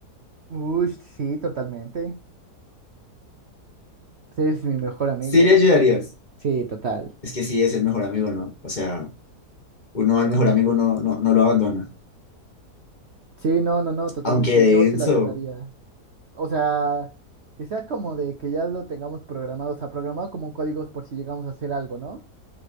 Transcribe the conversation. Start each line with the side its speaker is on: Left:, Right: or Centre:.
Right: Uy, sí, totalmente. Pues Eres mi mejor amigo.
Left: Sí, le ayudarías.
Right: Sí, total.
Left: Es que sí, es el mejor amigo, ¿no? O sea, uno al mejor amigo no, no, no lo abandona.
Right: Sí, no, no, no, totalmente.
Left: Aunque denso.
Right: Yo sí lo ayudaría. O sea, que sea como de que ya lo tengamos programado, o sea, programado como códigos por si llegamos a hacer algo, ¿no?